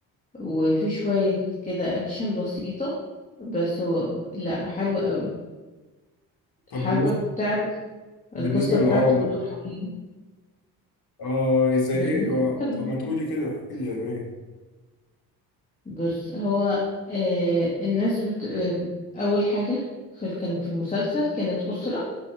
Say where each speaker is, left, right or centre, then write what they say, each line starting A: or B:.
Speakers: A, on the left (about 15°); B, on the left (about 50°).
A: وفي شوية كده أكشن بسيطة بس هو لأ حلو قوي
B: طب
A: حابب
B: بالنسبه
A: تعرف القصة
B: بالنسبه للعربي
A: بتاعته بتدور حوالين
B: اه زي
A: بنت
B: ايه آه،
A: حلو.
B: طب ما تقولي كده احكي لي ايه
A: بص هو آه الناس بت... آه أول حاجة في الكلام في المسلسل كانت أسرة